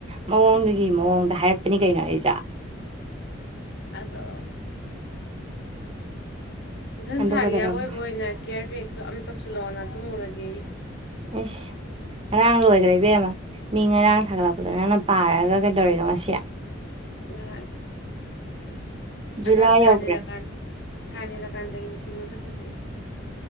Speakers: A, on the right; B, on the left.
A: ꯃꯑꯣꯡꯗꯨꯒꯤ ꯃꯑꯣꯡꯗ ꯑꯗ ꯍꯥꯏꯔꯛꯄꯅꯤ ꯀꯩꯅꯣ ꯑꯩ ꯖꯥ
B: ꯑꯗ ꯖꯨꯟ
A: ꯑꯗꯨ
B: ꯊꯥꯒꯤ
A: ꯀꯩꯗꯧꯔꯕ
B: ꯑꯀꯣꯏꯕ ꯑꯣꯏꯅ ꯀꯤꯌꯔ ꯕꯦꯒꯛꯇꯣ ꯑꯃꯝ ꯇꯧꯁꯤꯜꯂꯛꯑꯣꯅ ꯇꯨꯝꯃꯨꯔꯒꯦ
A: ꯏꯁ ꯉꯔꯥꯡ ꯂꯣꯏꯈ꯭ꯔ ꯏꯕꯦꯝꯃ ꯃꯤ ꯉꯔꯥꯡ ꯊꯥꯒꯠꯂꯛꯄꯗꯣ ꯅꯪꯅ ꯄꯥꯔꯒ ꯍꯥꯏꯒꯦꯟꯗꯧꯔꯤꯅꯣꯉꯁꯤꯌꯥ
B: ꯉ
A: ꯖꯨꯂꯥꯏ
B: ꯑꯗ ꯁꯥꯅꯤ
A: ꯌꯧꯈ꯭ꯔꯦ
B: ꯂꯀꯥꯟ ꯁꯅꯤꯔ ꯀꯥꯟꯗꯒꯤ ꯅꯨ ꯄꯤꯆꯃꯁ ꯐꯖꯩ